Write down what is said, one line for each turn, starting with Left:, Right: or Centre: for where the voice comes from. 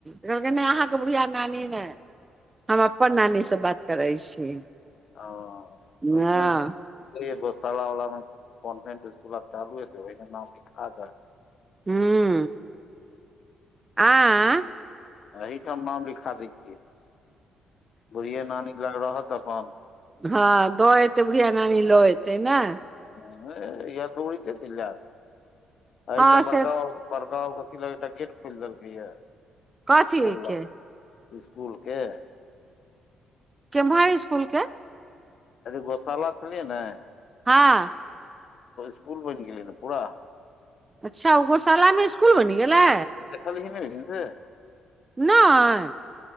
Right: कहलकै नहि अहाँके बुढ़िया नानी नहि हम अपन नानीसे बात करै छी
Left: ओ
Right: हँ
Left: ओइठो घोसाला वलामे कॉन्भेंट स्कूल चालू हेतै ओहिमे नाम लिखा दे
Right: हूँ म आयं
Left: अहिठाम नाम लिखा दै छियै बुढ़िया नानी लग रहत अपन
Right: हाँ दऽ एतै बुढ़िया नानी लऽ एतै ने
Left: हाँ इए त उड़िकति ल आइटम
Right: हँ
Left: पड़क
Right: से
Left: बड़का कथी ल एकटा गेट खोल देलकै य
Right: कथी
Left: बोललक
Right: के
Left: स्कुल के
Right: केमहर स्कुल के
Left: गोशाला छलियै ने
Right: हँ
Left: स्कुल बनि गेलै ने पूरा
Right: अच्छा ओ गोशालामे स्कुल बनि गेलै
Left: देखलखिन नहि से
Right: नहि